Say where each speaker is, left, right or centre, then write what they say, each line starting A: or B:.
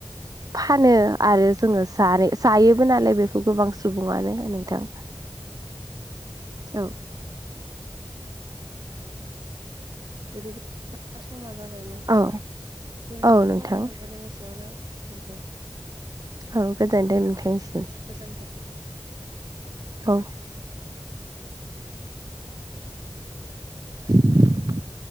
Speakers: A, on the right; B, on the right.
A: फानो आरो जोङो जानो जायोबो नालाय बेखौ गोबां सुबुङानो नोंथां।
B: <inaudible>
A: औ
B: बिदिब्ला समा जाबायमोन दिनैनि
A: औ औ नोंथां
B: सावरायलायखौ जों एसेयावनो दोननोसै
A: औ गोजानथों नोंथांनिसिम
B: गोजोन्थों
A: औ <inaudible>